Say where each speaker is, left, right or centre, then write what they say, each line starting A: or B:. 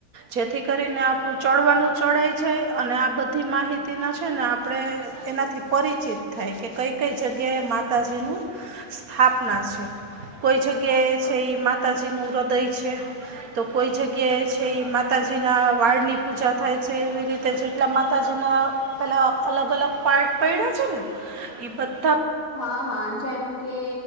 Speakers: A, on the right; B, on the left.
A: જેથી કરીને આપણું ચડવાનું ચઢાય જાય અને આ બધી માહિતીના છે ને આપ પણે એનાથી પરિચિત થાય કે કંઈ-કંઈ જગ્યાએ માતાજીનું સ્થાપના છે. કોઈ જગ્યાએ છે ઈ માતાજી નું હ્દય છે. તો કોઈ જગ્યાએ છે ઈ માતાજી ના વાળની પૂજા થાય છે એવી રીતે છે. એટલા માતાજીનાં પેલાં અલગ-અલગ પાર્ટ પયડા છે ને ઈ બધ
B: હા, હા. જેમ કે